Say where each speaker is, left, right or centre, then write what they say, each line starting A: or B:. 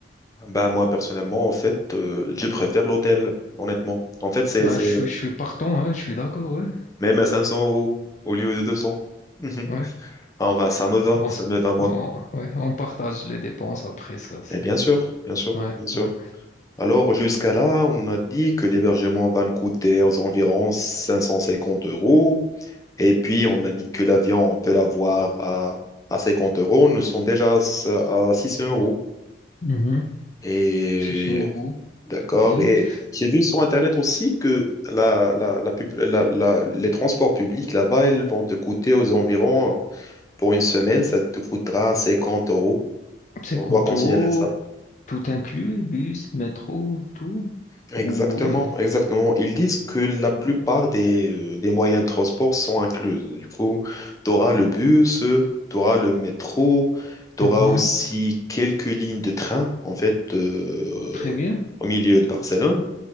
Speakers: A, on the left (about 20°); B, on the left (about 40°).
A: Ben, moi, personnellement, en fait, euh, je préfère l'hôtel, honnêtement. En fait, c'est,
B: Bah,
A: c'est
B: je suis, je suis partant, hein, je suis d'accord. Ouais.
A: même à 500 euros au lieu de 200. Mhm. <laughs>
B: Ouais.
A: Ah, Enfin, ça me va.
B: On,
A: Ça
B: se-
A: me va, moi.
B: on, ouais, on partage les dépenses après ça. c'est-
A: Et bien
B: c'est-
A: sûr, bien sûr,
B: Ouais.
A: bien sûr.
B: Ouais.
A: Alors, jusqu'à là, on a dit que l'hébergement va nous coûter aux environs 550 euros. Et puis, on a dit que l'avion, on peut l'avoir à, à 50 euros. Nous sommes déjà à, s- à 600 euros.
B: Mhm.
A: Et
B: 600 euros.
A: d'accord.
B: Bien.
A: Et j'ai vu sur Internet aussi que la, la, la pub- la- la- les transports publics là-bas, ils vont te coûter aux environs, pour une semaine, ça te coûtera 50 euros.
B: C'est
A: On
B: compto,
A: doit considérer ça.
B: tout inclus, bus, métro, tout.
A: Exactement,
B: Ou euh,
A: exactement. Ils disent que la plupart des, euh, des moyens de transport sont inclus. Du coup, tu auras le bus, tu auras le métro, tu
B: mhm,
A: auras aussi quelques lignes de train, en fait, euh,
B: très bien.
A: au milieu de Barcelone.